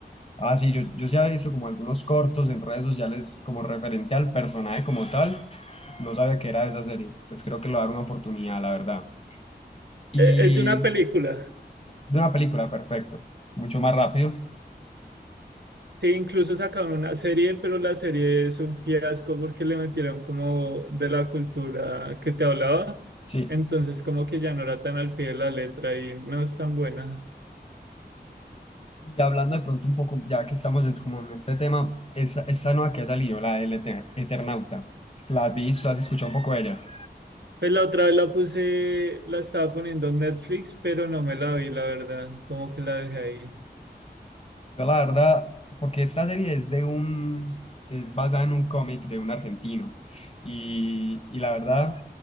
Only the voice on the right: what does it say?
Eh, Es de una película.
Sí, incluso sacaron una serie, pero la serie es un fiasco porque le metieron como de la cultura que te hablaba.
Entonces como que ya no era tan al pie de la letra y no es tan buena.
Pues la otra vez la puse, la estaba poniendo en Netflix, pero no me la vi, la verdad. Como que la dejé ahí.